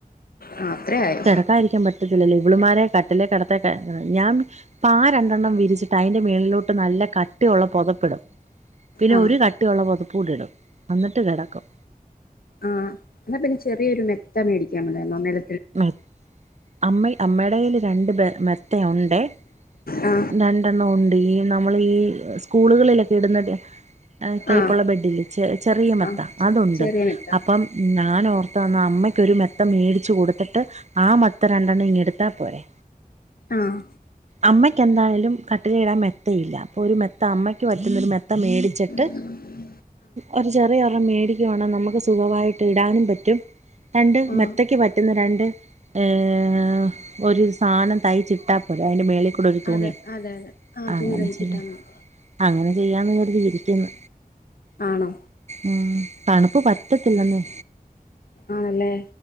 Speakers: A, on the left; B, on the right.
A: ആ അത്രയായോ
B: കെട. ക്കായിരിക്കാൻ പറ്റത്തില്ലല്ലോ. ഇവളിമാരെ കട്ടിലെ കെടത്തെട്ടെ ഞാൻ. പാ രണ്ടെണ്ണം വിരിച്ചിട്ട് അതിന്റെ മേലിലോട്ട് നല്ല കട്ടിയുള്ള പൊതപ്പിടും. പിന്നെ
A: ആ
B: ഒരു കട്ടിയുള്ള പൊതപ്പൂടി ഇടും. അന്നിട്ട് കെടക്കും.
A: ആഹ്. എന്നാ പിന്നെ ചെറിയൊരു മെത്ത മേടിക്കാ മേലായിര്ന്നോ നെല.
B: മെ അമ്മ അമ്മയുടെ കയ്യിൽ രണ്ട് മെത്ത ഉണ്ട്െ. രണ്ട്.
A: ആ
B: രണ്ടണ്ണം ഉണ്ട്. ഈ നമ്മൾ ഈ സ്കൂളുകളിലൊക്കെ ഇടുന്ന. ഏഹ് ടൈപ്പുള്ള
A: ആ
B: ബെഡില്ലെ. ചെ ചെറിയ മത്ത
A: ആ
B: അതുണ്ട്
A: ചെറിയ മെത്ത
B: അപ്പം. ഞാനോർത്തന്ന. അമ്മയ്ക്കൊരു മെത്ത മേടിച്ച് കൊടു. ത്തിട്ട് ആ മെത്ത രണ്ടെണ്ണം ഇങ്ങ് എടുത്താ പോരെ.
A: ആഹ്.
B: അമ്മയ്ക്കന്തായാലും കട്ടിലിൽ ഇടാൻ മെത്തയില്ല. അപ്പോ ഒരു മെത്ത അമ്മയ്ക്ക് പറ്റുന്നൊരു മെത്ത മേടിച്ചിട്ട്.
A: <inaudible>
B: ഒരു ചെറിയൊരണം മേടിക്കുവാണേ നമുക്ക് സുഖവായിട്ട് ഇടാനും പറ്റും. രണ്ട്
A: ആ
B: മെത്തയ്ക്ക് പറ്റ. റ്റുന്ന രണ്ട് ഏഹ് ഒരു സാനം തയ്ച്ചിട്ടാൽ പോരെ അയ്ന്റെ മേളിൽ കൂ. കൂടെ ഒരു തുണി
A: അതെ അതെ അതെ ആ
B: അങ്ങനെ
A: തുണി തയ്ച്ചിട്ടാ
B: ചെയ്യ.
A: മതി
B: അങ്ങനെ ചെയ്യാന്ന് കര്തി ഇരിക്കുന്ന്
A: ആണോ
B: ഉം. തണുപ്പ് പറ്റത്തില്ലെന്നെ.
A: ആണല്ലേ.